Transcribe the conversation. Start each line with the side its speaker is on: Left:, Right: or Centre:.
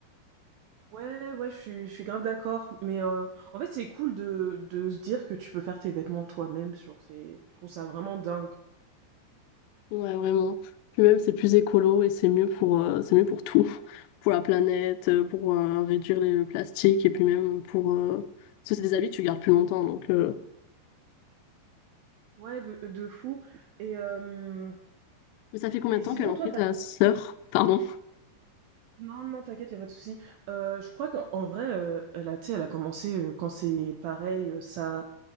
Right: Ouais, ouais, je suis je suis grave d'accord, mais heu, en fait, c'est cool de de se dire que tu peux faire tes vêtements toi-même, genre, c'est je trouve ça vraiment dingue.
Left: Ouais, vraiment. Puis même, c'est plus écolo et c'est mieux pour, euh, c'est mieux pour tout. <laughs> Pour la planète, euh, pour euh, réduire les- le plastique et puis même pour... euh, Parce que c'est des habits que tu gardes plus longtemps. Donc, euh.
Right: Ouais, de de fou et hem
Left: Mais ça fait combien
Right: et
Left: de
Right: sinon
Left: temps qu'elle en
Right: toi
Left: fait ta sœur? <laughs> Pardon.
Right: Non, non, t'inquiète, y a pas de souci. Heu, je crois qu'en en vrai, heu, elle a tu sais, elle a commencé, heu, quand c'est pareil, heu, ça